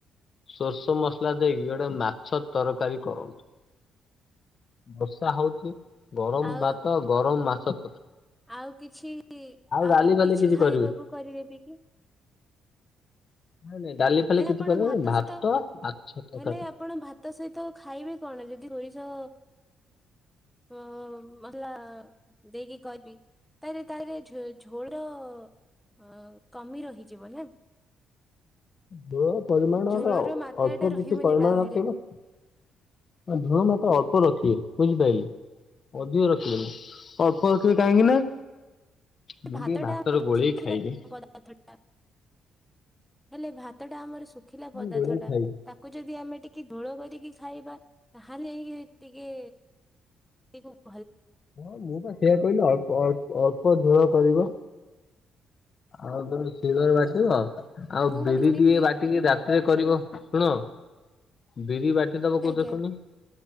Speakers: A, on the left (about 45°); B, in the centre.
A: ସୋଷ ମସଲା ଦେଇକି ଗୋଟେ ମାଛ ତରକାରୀ କରନ୍ତୁ ବର୍ଷା ହଉଚ ଗରମ
B: ଆଉ
A: ଭାତ ଗରମ ମାସ ତ
B: ଆଉ କିଛି ଆଉ
A: ଡାଲି ଫାଲି
B: କିଛି ଖାଇବାକୁ
A: କରିବେ
B: କରିଦେବି କି
A: ନାଇଁ ନାଇଁ ଡାଲି ଫାଲି
B: ହେଲେ
A: କିଛି
B: ଆପଣ
A: କରିବେନି
B: ଭାତ ସହିତ
A: ମାଛ ତରକାରୀ।
B: ହେଲେ ଆପଣ ଭାତ ସହିତ ଖାଇବେ କଣ ଯଦି ହୋଇଯାଅ ଅ ମଲ ଦେଇକି କହିବି ତାହେଲେ ତାର ଝୋର ହ କମି ରହିଯିବ ନା
A: ଦେଳ ପରିମାଣର
B: ଝୋଳର
A: ଆଉ
B: ମାତ୍ରା
A: ଅଳ୍ପ
B: ଟା ରହିବନି
A: କିଛି ପରିମାଣ
B: ତା ଦେହରେ
A: ନଥିବ ନା ଧୂଆଁ ମ ତ ଅଳ୍ପ ର ଅଛି ବୁଝିପାରଲିି ଅଧିକ ରଖିଦଲି ଅଳ୍ପ ରଖିବେ କାହିଁକି ନା ମୁଁ
B: ଭାତଟା
A: ଟିକେ ଭାତରେ
B: ଆମର
A: ଗୋଳେଇକି
B: ଶୁଖିଲା
A: ଖାଇବି।
B: ପଦାର୍ଥଟା ହେଲେ ଭାତ ଟା ଆମର ଶୁଖିଲା ପଦାର୍ଥ
A: ଗୋଳେଇକି
B: ଟା
A: ଖାଇବି
B: ତାକୁ ଯଦି ଆମେ ଟିକେ ଧୋଳ କରି ଖାଇବା ହାନି ହେଇକି ଟିକେ ଟ
A: ହଁ ମୁଁ ତ ଠିଆ କହିଲି ଅଳ୍ପ ଅଳ ଅଳ୍ପ ଦର କରିବ ଆଉ ତୋେ ଶିଳରେ ବାଟିବ ଆଉ ଆଉ
B: ମୁଁ ଗୋଟେ
A: ବିରି
B: ଶୁଣିଥିଲି
A: ଟଏ ବାଟିକି ରାତିରେ କରିବ ଶୁଣ ବିରି ବାଟି ଫଦବ କୋଉ
B: ଆଜ୍ଞା
A: ଦେଖୁନି